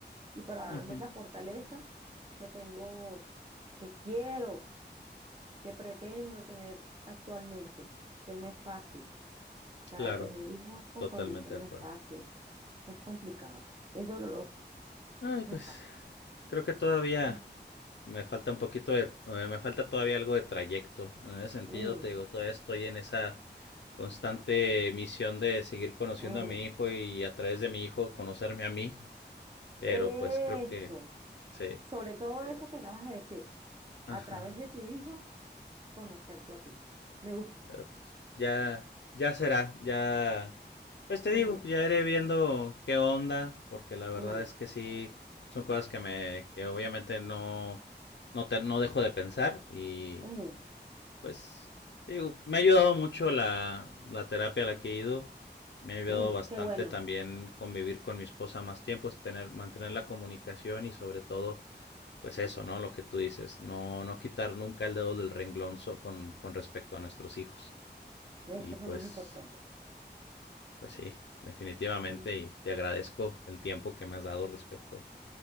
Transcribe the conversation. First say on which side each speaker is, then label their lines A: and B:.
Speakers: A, on the right (about 25°); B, on the left (about 80°).
A: y para
B: Ujú.
A: darme la fortaleza que tengo, que quiero, que pretendo tener actualmente, que no es fácil. O sea,
B: Claro,
A: tener hijos con
B: totalmente
A: condición
B: de
A: no
B: acuerdo.
A: es fácil, es complicado, es doloroso,
B: Ay, pues
A: no es fácil.
B: creo que todavía
A: <laughs>
B: me falta un poquito de, eh, me falta todavía algo de trayecto. En ese sentido,
A: Mm,
B: te digo, todavía estoy en esa constante misión de seguir conociendo
A: mm.
B: a mi hijo y a través de mi hijo conocerme a mí, pero
A: Eso,
B: pues creo que sí.
A: sobre todo
B: eh,
A: eso que acabas de decir,
B: ajá.
A: a través de tu hijo, conocerte a ti. Me gusta.
B: Pero pues, ya, ya será, ya. Pues te
A: Mm,
B: digo, ya iré viendo qué onda, porque la verdad
A: mm,
B: es que sí, son cosas que me, que obviamente no, no, te, no dejo de pensar y
A: mm,
B: pues, te digo, me ha ayudado mucho la, la terapia a la que he ido, me ha ayudado
A: mm,
B: bastante
A: qué bueno,
B: también convivir con mi esposa más tiempo, es tener, mantener la comunicación y sobre todo, pues eso, ¿no? Lo que tú dices, no, no quitar nunca el dedo del renglón so- con, con respecto a nuestros hijos.
A: eso
B: Y pues,
A: es lo más importante.
B: pues sí, definitivamente.
A: Mm,
B: Y te agradezco el tiempo que me has dado respecto